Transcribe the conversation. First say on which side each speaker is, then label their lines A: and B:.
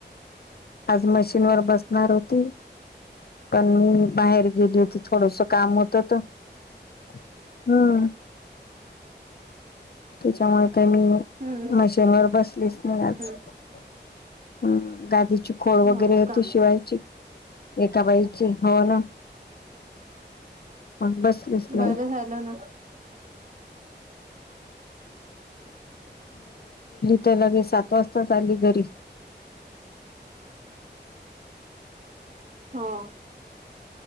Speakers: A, on the left; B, on the right.
A: आज मशीनवरर बसणार होती पण मी बाहेर गेली होती थोडस. काम होत तर हम्म. त्याच्यामुळे का मी
B: हम्म
A: मशीनवरर बसलीच नाही आज.
B: हम्म
A: हम्म गादीची खोळ वगैरे
B: हो
A: होते
B: का
A: शिवायची. एका बाईची हो ना. ह बस बस नाही.
B: बरं झालं ना
A: त्यालागे सात वाजता आली घरी.
B: हा.